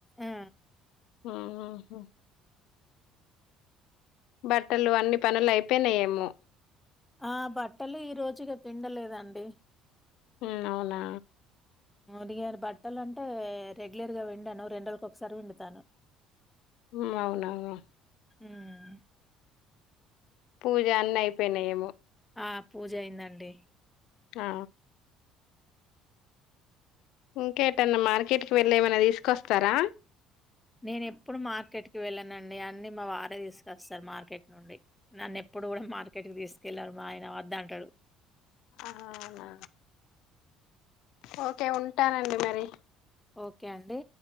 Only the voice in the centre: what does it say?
ఆ
ఆ, బట్టలు ఈరోజు ఇగ పిండలేదండి.
డిగారు బట్టలు అంటే రెగ్యులర్ గా విండాను. రెండ్రోజుల ఒకసారి విండుతాను.
మ్మ్
ఆ, పూజ అయిందండి.
నేను ఎప్పుడు మార్కెట్ కి వెళ్ళానండి. అన్ని మా వారే తీసుకొస్తరు. మార్కెట్ నుండి నన్ను ఎప్పుడు కూడా మార్కెట్ కి తీసుకెళ్ళారు, మా ఆయన వద్దంటడు.
ఓకే, అండి.